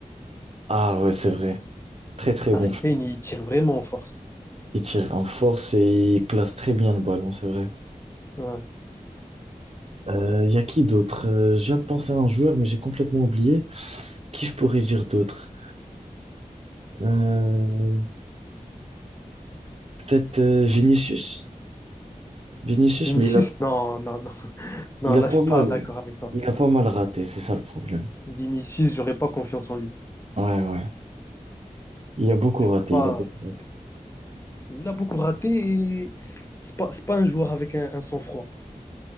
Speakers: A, on the right; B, on the left.
A: Ah ouais, c'est vrai. Très très
B: Harry
A: bon.
B: Kane, il tire vraiment en force.
A: Il tire en force et il place très bien le ballon, c'est vrai.
B: Ouais.
A: Il y a qui d'autre? Euh, je viens de penser à un joueur, mais j'ai complètement oublié. Qui je pourrais dire d'autre? Euh, peut-être euh, Vinicius. Vinicius,
B: Vinicius,
A: mais il a,
B: non, non, non. Non,
A: il a
B: là,
A: pas
B: je suis
A: mal,
B: pas d'accord avec toi.
A: il a pas mal raté, c'est ça le problème.
B: Vinicius, j'aurais pas confiance en lui.
A: Ouais, ouais. Il a beaucoup
B: Tu
A: raté,
B: peux pas.
A: il a beaucoup raté.
B: Il a beaucoup raté et c'est pas, c'est pas un joueur avec un, un sang-froid.